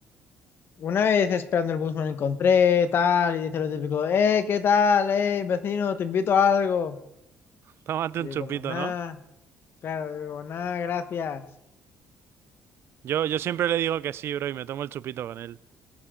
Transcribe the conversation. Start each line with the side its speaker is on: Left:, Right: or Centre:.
Left: Una vez esperando el bus me lo encontré, tal, y dice lo típico, eh, ¿qué tal? Eh, vecino, te invito a algo.
Right: Tómate
Left: Y
Right: un
Left: yo
Right: chupito,
Left: como, nada,
Right: ¿no?
Left: claro, yo como, nada, gracias.
Right: Yo, yo siempre le digo que sí, bro, y me tomo el chupito con él.